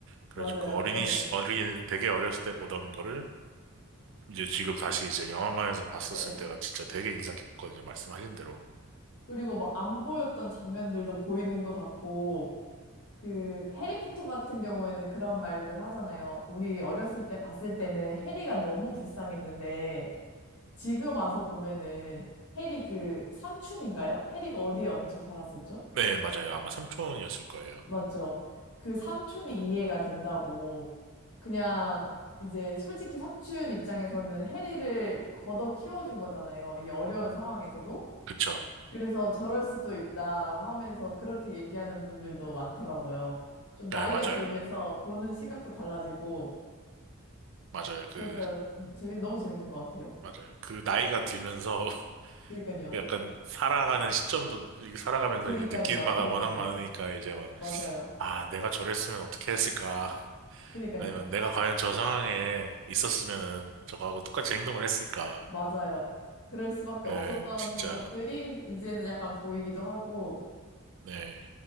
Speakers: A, on the right; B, on the left.
A: 그래가지고
B: 맞아요.
A: 그 어린이,
B: 예.
A: 시- 어린이, 되게 어렸을 때 보던 거를 이제 지금 다시 이제 영화관에서 봤었을
B: 예, 예.
A: 때가 진짜 되게 인상 깊었거든요. 말씀하신 대로.
B: 그리고 막 안 보였던 장면들도 보이는 것 같고, 그, 해리포터 같은 경우에는 그런 말들 하잖아요. 우리 어렸을 때 봤을 때는 해리가 너무 불쌍했는데, 지금 와서 보면은 해리 그 삼촌인가요? 해리가 어디에 얹혀 살았었죠?
A: 네, 맞아요. 아마 삼촌이었을 거예요.
B: 맞죠? 그 삼촌이 이해가 된다고, 그냥 이제 솔직히 삼촌 입장에서는 해리를 걷어 키워준 거잖아요. 이 어려운 상황에서도.
A: 그쵸.
B: 그래서 저럴 수도 있다라고 하면서 그렇게 얘기하는 분들도 많더라고요. 좀
A: 네,
B: 나이가
A: 맞아요.
B: 들면서 보는 시각도 달라지고,
A: 맞아요. 그,
B: 그래서 음, 재밌, 너무 재밌는 것 같아요.
A: 맞아요. 그 나이가 들면서 <laughs>
B: 그니까요.
A: 약간 살아가는 시점도, 이- 살아가면서
B: 그니까요.
A: 이제 느끼는 바가
B: 그니까요.
A: 워낙 많으니까 이제 막
B: 맞아요.
A: 아, 내가 저랬으면 어떻게 했을까?
B: 그니까요.
A: 아니면 내가 과연 저 상황에 있었으면은 저거하고 똑같이 행동을 했을까?
B: 맞아요. 그럴 수밖에
A: 예,
B: 없었던
A: 진짜,
B: 것들이 이제는 약간 보이기도 하고,
A: 네.